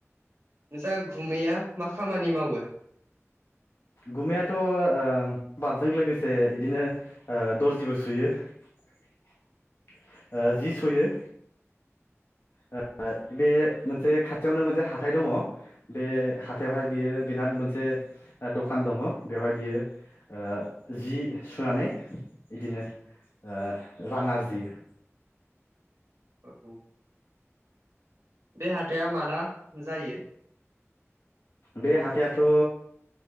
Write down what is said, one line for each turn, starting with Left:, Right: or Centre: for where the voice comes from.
Right: नोंसा गुमैया मा खामानि मावो?
Left: गुमैयाथ' ओ बादजों लोगोसे इदिनो दर्जिबो सुयो ओ जि सुयो ओ बे मोनसे खाथियावनो मोनसे हाथाय दङ बे हाथायावहाय बियो बेनाद से ओ दखान दङ बेयावहाय बियो ओ जि सुनानै इदि- नों ओ रां आरजियो
Right: ओ औ बे हाथाया माला जायो
Left: बे हाथायाथ' ओ